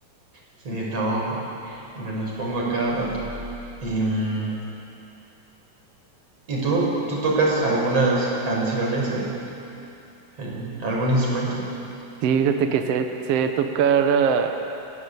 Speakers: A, on the right (about 45°); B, on the right (about 60°).
A: Sí, no, hombre. Me las pongo a cada rato. Y, mm, ¿y tú? ¿Tú tocas algunas canciones en, en algún instrumento?
B: Sí, fíjate que sé, sé tocar, ah,